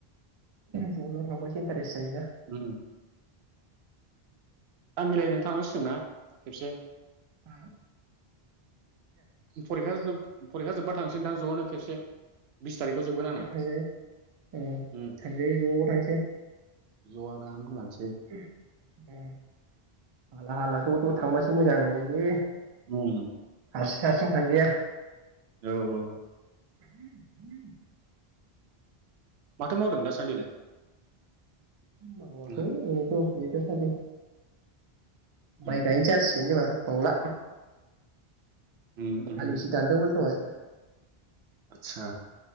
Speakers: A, on the right (about 45°); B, on the right (about 80°).
A: ज' जं थांबासो इन्टारेसट जायो ना
B: उम थायेम मिलायनानै थांनांसिगोन ना खेबसे
A: उम
B: फरिखा जोब फरिखा जोब्बा थांसैदां ज'नो खेबसे बिस थारिखआव जोबगोन
A: थांजायो
B: आंना
A: थांजायो औ
B: उम
A: थांजायो ज' थांसै
B: ज' आराम होलांसै
A: <unintelligible> ज' थांबासो मोजांलै
B: उम
A: हारसिं हारसिं थांजाया
B: औ औ
A: <unintelligible>
B: माथो मावदों दासान्दिलाय
A: ओइ ओरैनो
B: नोंहा
A: दंथयो दासान्दि
B: उम
A: माय गायनो
B: उम
A: जासिगोन जोंहा बावला।
B: उम उम
A: आलिसि दान्दोमोन दहाय।
B: आतसा